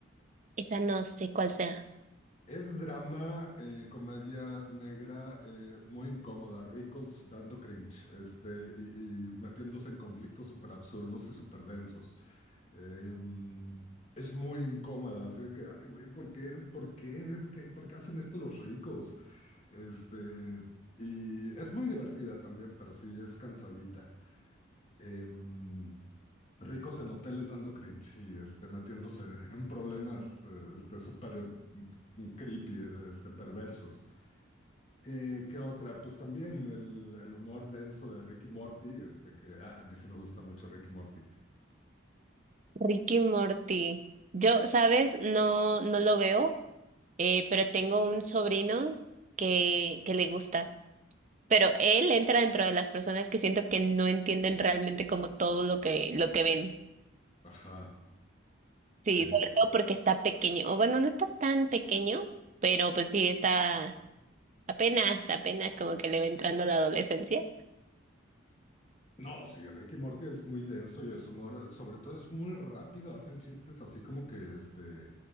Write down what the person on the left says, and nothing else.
Es drama, eh, comedia negra, eh, muy incómoda, ricos dando cringe, este, y, y metiéndose en conflictos súper absurdos y súper densos. Em, es muy incómoda, así que, ay, güey, ¿por qué, por qué, qué- por qué hacen esto los ricos? Este, y es muy divertida también, pero sí es cansadita. Em, ricos en hoteles dando cringe y este, metiéndose en problemas eh, este, súper mm, mm, creepy, este, perversos. Eh, ¿qué otra? Pues también el, el humor denso de Ricky Morty, este, que ah, a mí sí me gusta mucho Ricky Morty.
Ajá.
Eh,
no, sí, Ricky Morty es muy denso y es humor, sobre todo es muy rápido, hacen chistes así como que este,